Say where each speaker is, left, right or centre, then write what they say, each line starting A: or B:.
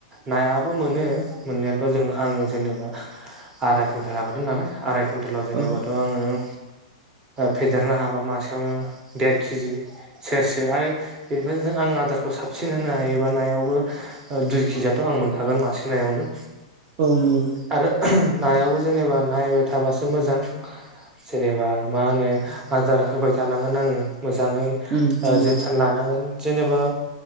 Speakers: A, on the right; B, on the right.
A: नायाबो मोनो मोननायाथ' जों आङो जेनेबा आराय कुन्टेल लागदों नालाय आराय कुइन्टेलाव जेनेबाथ'
B: औ
A: आङो फेदेरनो हाबा मासेयावनो देर केजि सेरसे आरो बेनिफ्राय ज आं आदारखौ साबसिन होनो हायोबा नायावबो दुइ केजियाथ' आं मोनखागोन मासेनायावनो।
B: औ नंगौ
A: आरो नायावबो जेनेबा नायबाय थाबासो मोजां। जेनेबा मा होनो? आदार होबाय थानांगोन आङो मोजाङै
B: उम नंगौ
A: जोथोन लानांगोन। जेनेबा